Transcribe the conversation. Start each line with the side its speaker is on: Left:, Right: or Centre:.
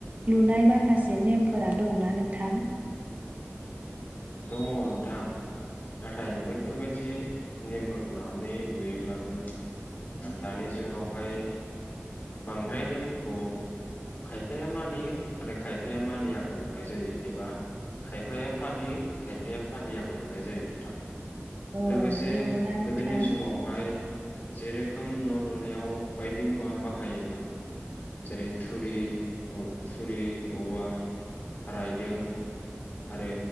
Right: लुनाय माखासे नेमफोरा दंना नोंथां।
Left: दङ नोंथां नाथाय बैफोरबायाददि नेमफोरखौ लानानै लुयोब्लाबो दानि जुगावहाय बांद्राय नेमफोरखौ खायफाया मानियो आरो खायफाया मानियाखौ नुनाय जायो एबा खायफाया फालियो खायफाया फालियाखौ नुनाय जायो नोंथां।
Right: औ
Left: लोगोसे
Right: नंगौना नोंथां?
Left: गोदोनि समावहाय जेरोखोम न' लुनायाव बायदि मुवा बाहायोमोन जेरै थुरि थुरि औवा रायदों आरो